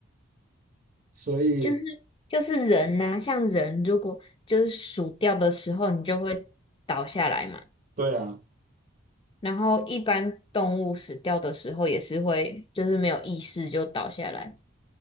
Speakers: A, on the right; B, on the left.
A: 所以
B: 就是就是人呐、像人如果就是死掉的时候，你就会倒下来嘛。
A: 对啊，
B: 然后一般动物死掉的时候也是会，就是没有意识就倒下来。